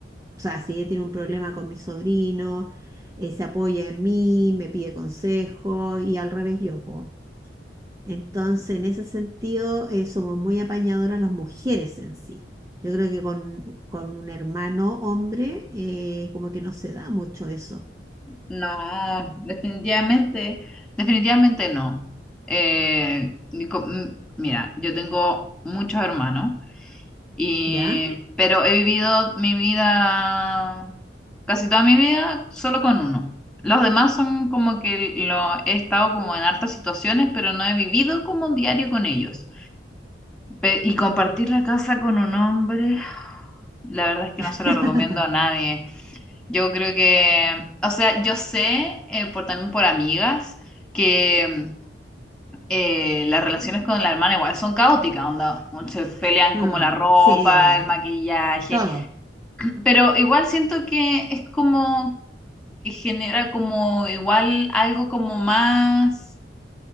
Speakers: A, on the right (about 20°); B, in the centre.
A: O sea, si ella tiene un problema con mi sobrino, eh, se apoya en mí, me pide consejo y al revés yo, po. Entonces, en ese sentido, eh, somos muy apañadoras las mujeres en sí. Yo creo que con, con un hermano hombre, eh, como que no se da mucho eso,
B: No, definitivamente, definitivamente no. Eh, ni co- m- mira, yo tengo muchos hermanos, y,
A: ¿ya?
B: pero he vivido mi vida, casi toda mi vida, solo con uno. Los demás son como que lo he estado como en hartas situaciones, pero no he vivido como un diario con ellos. Pe- y compartir la casa con un hombre, la verdad es que
A: <laughs>
B: no se lo recomiendo a nadie. Yo creo que, o sea, yo sé eh, por también por amigas que eh, las relaciones con la hermana igual son caóticas, onda, se pelean
A: Mm,
B: como la ropa,
A: sí,
B: el maquillaje,
A: todo,
B: pero igual siento que es como que genera como igual algo como más,